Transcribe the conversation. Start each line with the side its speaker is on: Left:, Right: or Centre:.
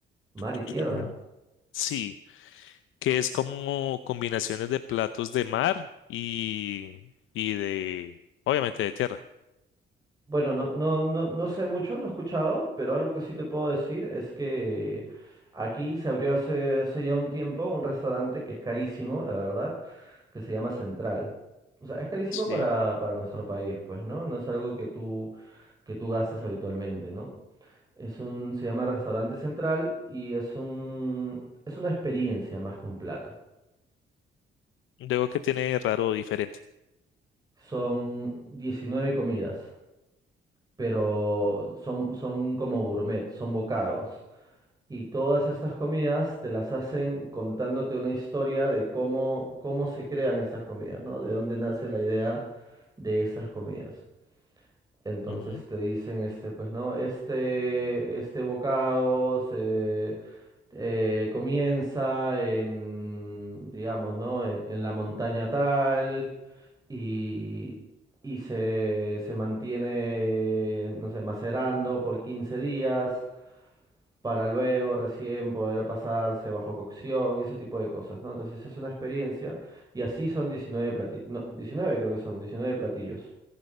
Right: Mar
Left: <clears throat>
Right: y tierra.
Left: Sí. que es como combinaciones de platos de mar y, y de, obviamente, de tierra,
Right: Bueno, no, no, no, no sé mucho, no he escuchado, pero algo que sí te puedo decir es que aquí se abrió hace, hace ya un tiempo un restaurante que es carísimo, la verdad, que se llama Central. O sea, es carísimo
Left: ¿sí?
Right: para, para nuestro país, pues, ¿no? No es algo que tú, que tú gastas habitualmente, ¿no? Es un, se llama Restaurante Central y es un, es una experiencia más que un plato.
Left: Luego que tiene de raro o diferente.
Right: Son diecinueve comidas, pero son, son como gourmet, son bocados. Y todas estas comidas te las hacen contándote una historia de cómo, cómo se crean esas comidas, ¿no? De dónde nace la idea de esas comidas. Entonces
Left: Ujú,
Right: te dicen, este, pues no, este, este bocado se eh, comienza en, digamos, ¿no? En, en la montaña tal y, y se, se mantiene, no sé, macerando por 15 días para luego recién poder pasarse bajo cocción y ese tipo de cosas, ¿no? Entonces es una experiencia y así son 19 platillos, no, 19 creo que son, 19 platillos.